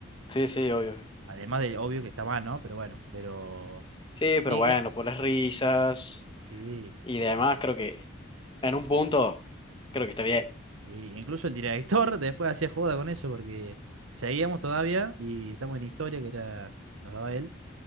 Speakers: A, on the left (about 25°); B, on the right (about 80°).
A: Sí, sí, obvio.
B: Además de, obvio que está mal, ¿no? Pero bueno, pero...
A: Sí, pero
B: y-
A: bueno,
B: y-
A: por las risas
B: sí,
A: y demás, creo que en un punto, creo que está bien.
B: Y incluso el director <laughs> después hacía joda con eso porque seguíamos todavía y estamos en historia que era, nos daba él.